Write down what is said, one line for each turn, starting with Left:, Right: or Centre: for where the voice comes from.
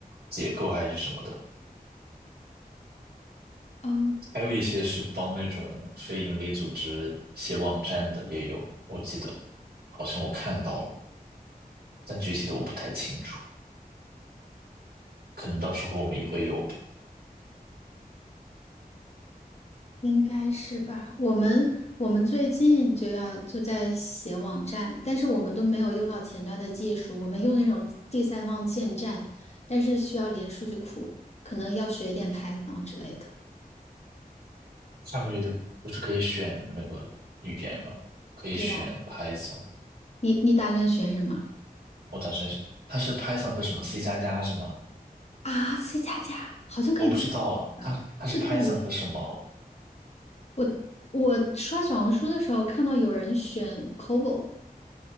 Right: 结构还是什么的，
Left: 哦，
Right: 还有一些是帮那种非盈利组织写网站的也有，我记得好像我看到了，但具体的我不太清楚，可能到时候我们也会有。
Left: 应该是吧？我们我们最近就要就在写网站，但是我们都没有用到前端的技术，我们用那种第三方建站，但是需要连数据库，可能要学一点 Python 之类的。
Right: 下个月就不是可以选那个语言吗？可以选
Left: 对啊，
Right: Python，
Left: 你你打算学什么
Right: 我打算是它是 Python 和什么 C 加加是吗？
Left: 啊？C 加加好像可以自
Right: 我不知道，他他是
Left: 是自己
Right: Python 和什么
Left: <laughs>。我我刷小红书的时候看到有人选 COBOL，